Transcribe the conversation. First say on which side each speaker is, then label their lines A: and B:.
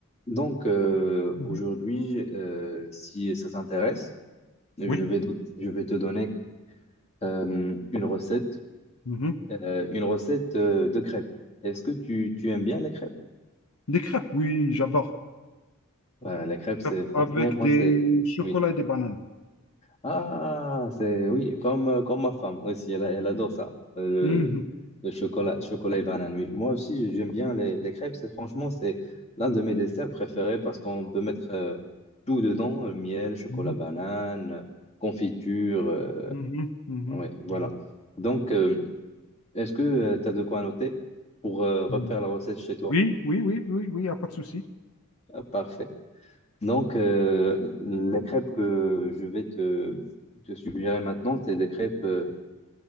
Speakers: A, on the left; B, on the left.
A: Donc, euh,
B: Mhm.
A: aujourd'hui, euh, si ça t'intéresse, je
B: Oui.
A: vais, je vais te donner euh, une recette,
B: Mhm.
A: euh, une recette euh, de crêpes. Est-ce que tu, tu aimes bien les crêpes?
B: Des crêpes, oui, j'adore.
A: Voilà, la crêpe,
B: Crêpes
A: c'est franchement,
B: avec
A: moi,
B: des
A: c'est...
B: chocolats
A: Oui.
B: et des bananes.
A: Ah, c'est oui, comme, euh, comme ma femme aussi, elle, elle adore ça, euh, le,
B: Mhm.
A: le chocolat, chocolat et banane. Oui, moi aussi, j'aime bien les, les crêpes. C'est franchement, c'est l'un de mes desserts préférés parce qu'on peut mettre euh, tout dedans, euh, miel, chocolat,
B: Mhm.
A: banane, confiture. euh,
B: Mhm. Mhm. Mhm.
A: ouais, voilà.
B: Mhm.
A: Donc, euh, est-ce que tu as de quoi noter pour euh, refaire
B: Mhm.
A: la recette chez toi?
B: Oui, oui, oui, oui, oui, il n'y a pas de souci.
A: Ah, parfait. Donc,
B: Mhm.
A: euh, les crêpes que je vais te, te suggérer maintenant, c'est des crêpes. euh,